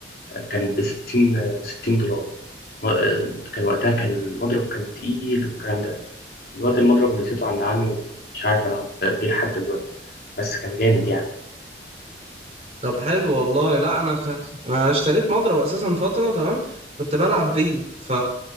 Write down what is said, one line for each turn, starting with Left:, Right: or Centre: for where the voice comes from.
Left: كان ب 60 60 دولار م- آه، كان وقتها كان المضرب كان تقيل والكلام ده دلوقتي المضرب نسيته عند عمي ومش عارف العب بيه لحد دلوقتي بس كان جامد يعني
Right: طب حلو والله لا انا ك... انا اشتريت مضرب اساسا فتره تمام كنت بلعب بيه ف